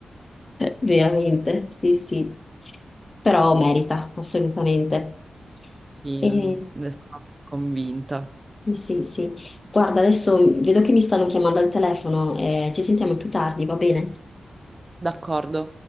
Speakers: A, on the left (about 25°); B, on the right (about 25°).
A: Veramente, sì, sì. Però merita, assolutamente.
B: Sì,
A: E...
B: non- ne sono convinta.
A: Sì, sì. sì. Guarda, adesso vedo che mi stanno chiamando al telefono, eh, ci sentiamo più tardi, va bene?
B: D'accordo.